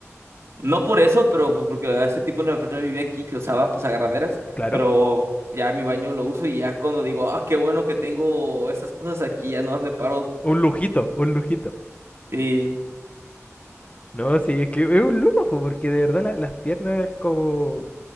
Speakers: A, on the right (about 65°); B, on the left (about 25°).
A: no por eso, pero pues, porque hace tiempo una persona vivía aquí que usaba pues agarraderas,
B: claro,
A: pero ya mi baño lo uso y ya cuando digo, ah, qué bueno que tengo esas cosas aquí, ya no me paro.
B: un lujito, un lujito.
A: Sí,
B: No, sí, es que es un lujo porque de verdad la- las piernas es como...